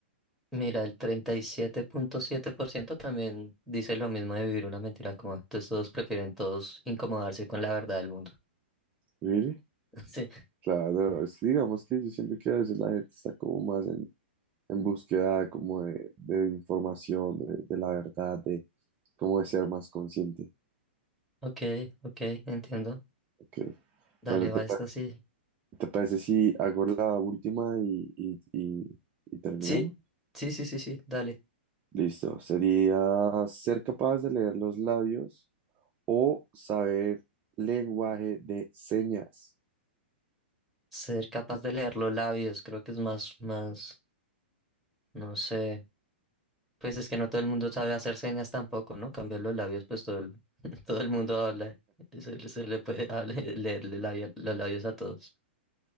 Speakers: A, in the centre; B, on the right (about 25°).
A: Mira, el 37.7% también dice lo mismo de vivir una mentira como Entonces todos prefieren todos incomodarse con la verdad del mundo.
B: Really?
A: <laughs> Sí,
B: Claro, es que digamos que yo siento que a veces la gente está como más en, en búsqueda como de, de información, de, de la verdad, de cómo de ser más consciente.
A: ok, ok, entiendo.
B: Ok.
A: Dale,
B: Bueno,
A: va
B: ¿te, pa-
A: esta sí.
B: te parece si hago la última y, y, y y terminamos?
A: Sí, sí, sí, sí, sí, dale.
B: Listo. Sería ser capaz de leer los labios o saber lenguaje de señas.
A: Ser capaz de leer los labios, creo que es más, más, no sé. Pues es que no todo el mundo sabe hacer señas tampoco, ¿no? Cambiar los labios, pues todo el, <laughs> todo el mundo habla. Se, se le puede <laughs> hablar- leerle labio- los labios a todos.